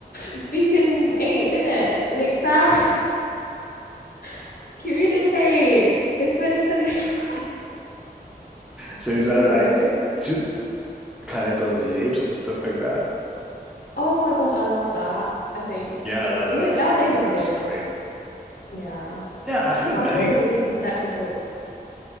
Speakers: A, on the left; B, in the centre.
A: Speaking ape, innit? Makes sense. <laughs> Communicate. It's 2025.
B: So is
A: You
B: that
A: know?
B: like ju- Planet of the Apes and stuff like that?
A: Oh my gosh, I loved that, I think.
B: Yeah, I love
A: Wait,
B: that too.
A: that was ages
B: I think
A: ago
B: that's
A: though.
B: a great.
A: Yeah.
B: Yeah, I think
A: How
B: I
A: cool
B: think
A: would it be if they could actually talk?